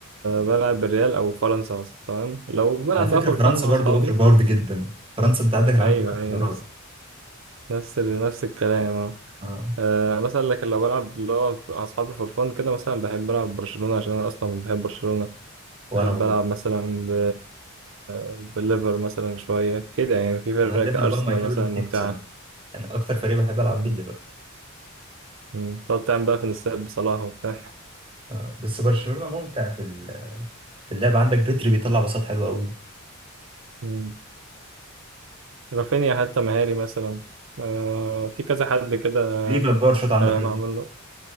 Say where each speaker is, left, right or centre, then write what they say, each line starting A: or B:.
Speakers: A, on the right; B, on the right.
A: بلعب بالريال او فرنسا مثلا تمام لو بلعب
B: على فكرة
A: بقى فور
B: فرنسا
A: فان مع
B: برضو
A: اصحابي
B: اوفر باورد جدا فرنسا انت عندك العالم
A: ايوه
B: كلها
A: ايوه
B: انتخابات
A: نفس نفس ال- نفس الكلام اه
B: اه
A: آه، مثلا لكن لو بلعب اللي هو مع اصحابي فور فان كده مثلا بحب العب برشلونة عشان انا اصلا بحب برشلونة
B: وانا
A: بحب
B: برضو
A: ألعب مثلا ب... بالليفر مثلا شوية كده يعني في فرق
B: انا الليفر
A: كأرسنال
B: بقى ماي فيفورت
A: مثلا ممتعة
B: تيم بصراحة يعني اكتر فريق بحب العب
A: مم.
B: بيه الليفر
A: مم. تقعد تعمل بقى في نساب بصلاح وبتاع
B: آه. بس برشلونة ممتع في ال- في اللعب عندك بيتري بيطلع باصات حلوة قوي
A: مم. <laughs> رافينيا حتى مهاري مثلا آه في كذا حد كده
B: ليفا باور شوت عنده
A: آه
B: حلو
A: معمول له